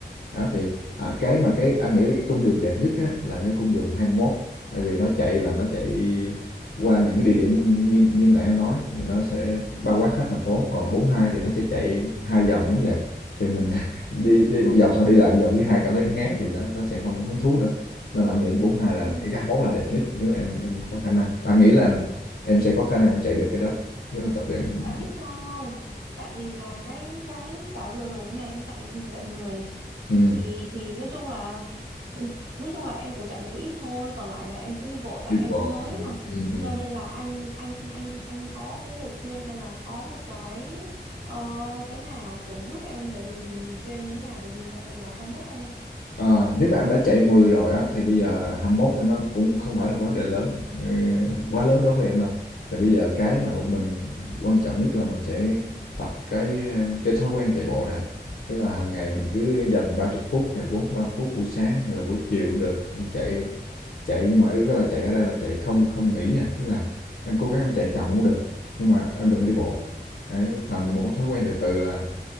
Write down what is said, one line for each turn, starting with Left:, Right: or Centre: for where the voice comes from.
Left: Đó, thì, à, cái mà cái anh nghĩ là cái cung đường đẹp nhất á, là cái cung đường 21 tại vì nó chạy là nó chạy qua những cái địa điểm như như nãy anh nói thì nó sẽ bao quát hết thành phố còn 42 thì nó sẽ chạy hai vòng giống vậy thì mình <laughs> đi
Right: Ừ.
Left: đi một vòng xong đi lại một vòng thứ hai cảm thấy ngán thì nó nó sẽ không có hứng thú nữa nên là anh nghĩ 42 là
Right: Ừ.
Left: cái 21 là đẹp nhất nếu em em có khả năng Và anh nghĩ là em sẽ có khả năng em chạy được cái đó nếu mà tập luyện
Right: Tại biết sao không? Tại vì là cái cái giải vừa rồi này em chạy chạy mười
Left: ừ,
Right: thì thì nói chung là ừ, nói chung là em cũng chạy được có ít thôi còn lại là em cũng đi bộ tại
Left: đi
Right: em
Left: bộ
Right: cũng mới mà
Left: ừ, ừ.
Right: cho nên là anh anh anh anh có cái lời khuyên hay là có một cái ờ, cái nào kiểu giúp em để mình mình chuyên như thế nào để mình chạy được giải hai mốt không em
Left: Ờ, nếu mà em đã chạy 10 rồi á thì bây giờ 21 thì nó cũng không phải là vấn đề lớn ừ, quá lớn đối với em đâu. Tại bây giờ cái mà mình quan trọng nhất là mình sẽ tập cái em, cái thói quen chạy bộ đã. Tức là hàng ngày mình cứ dành 30 phút hay là 45 phút buổi sáng hay là buổi chiều cũng được. Mình chạy chạy nhưng mà yếu cái là chạy ở đây là chạy không không nghỉ nha. Tức là em cố gắng em chạy chậm cũng được. Nhưng mà em đừng có đi bộ. Đấy, thành một cái thói quen từ từ là